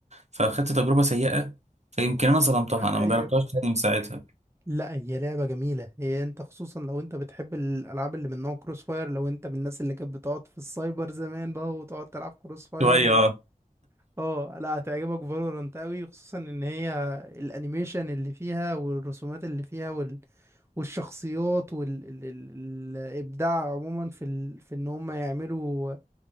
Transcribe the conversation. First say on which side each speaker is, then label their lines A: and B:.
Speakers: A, on the right; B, on the right.
A: فأخدت تجربة سيئة فيمكن أنا ظلمتها
B: <laughs>
A: أنا مجربتهاش تاني من ساعتها
B: لا هي لعبة جميلة هي انت خصوصا لو انت بتحب الالعاب اللي من نوع كروس فاير لو انت من الناس اللي كانت بتقعد في السايبر زمان بقى وتقعد تلعب كروس فاير
A: شوية
B: و...
A: اه
B: اه لا هتعجبك فالورانت قوي خصوصا ان هي الانيميشن اللي فيها والرسومات اللي فيها وال... والشخصيات والابداع عموما في ال... في ان هم يعملوا